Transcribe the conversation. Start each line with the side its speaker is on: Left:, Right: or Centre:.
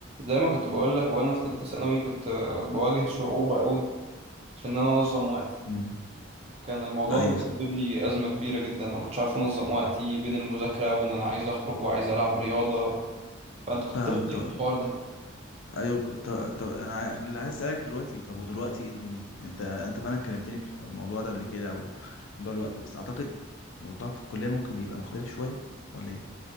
Right: زي ما كنت بقول لك وانا في ثالثه ثانوي كنت آه، بواجه صعوبه قوي في ان انا انظم وقتي
Left: مم.
Right: كان الموضوع
Left: ايوه
Right: ده مسبب لي ازمه كبيره جدا وما كنتش عارف انظم وقتي بين المذاكره وان انا عايز اخرج وعايز العب رياضه فانت كنت
Left: فاهمك
Right: بتعمل
Left: طب
Right: ايه في الحوار ده
Left: ايوه طب, طب انا عاي- اللي عايز اسالك دلوقتي طب ودلوقتي ايه الدنيا يعني انت انت فعلا كلمتني في الموضوع ده قبل كده او موضوع الوقت بس اعتقد الموضوع في الكليه ممكن يبقى مختلف شويه ولا ايه